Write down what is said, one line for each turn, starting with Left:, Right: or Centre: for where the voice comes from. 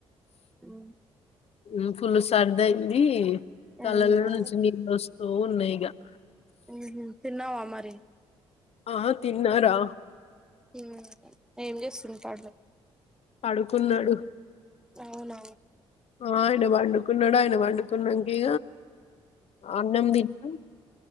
Centre: హమ్
Left: ఉమ్ ఫుల్ సార్దాయింది కళ్ళల్లో
Centre: అవునా
Left: నుంచి నీళ్ళు వస్తు <unintelligible>
Centre: ఉమ్ హు తిన్నావా మరి
Left: ఆ తిన్నారా
Centre: హమ్ ఏం చేస్తుంది <inaudible>
Left: పడుకున్నాడు
Centre: అవునా
Left: ఆ అన బాండు కున్నాడా ఆయన పండుకున్నకే అన్నం దింపి